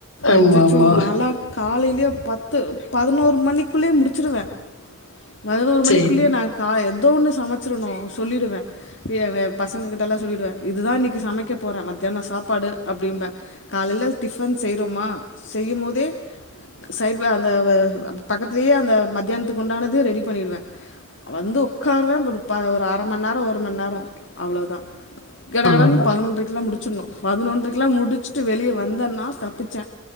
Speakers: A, on the left (about 80°); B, on the left (about 60°).
A: ஆமா
B: அச்சோச்சோ
A: ஆமா
B: நாலா காலைலே பத்து பதினோரு மணிக்குள்ளே முடிச்சுருவே பதினோரு
A: சேரி
B: மணிக்குள்ளே நா காலை எதோ ஒன்னு சமச்சுரணு சொல்லிடுவே ஃப்ரீயாவே பசங்க கிட்டல்லா சொல்லிடுவே இதுதா இன்னைக்கி சமைக்க போறே மத்தியான சாப்பாடு அப்டிம்பே காலைல டிஃபன் செய்றோமா செய்யும் போதே சைடுவே அந்த வ பக்கத்திலயே அந்த மத்தியானத்துக்கு உண்டானது ரெடி பண்ணிடுவே வந்து உக்காருவே ஒரு ப அர மண் நேர ஒரு மணி நேரோ அவ்ளதா கட
A: அவ்ளோதா
B: கடன்னு பதினொன்றக்கெல்லா முடிச்சுர்னு பதினொன்றக்கெல்லா முடி ச்சுட்டு வெளியே வந்தேன்னா தப்பிச்சே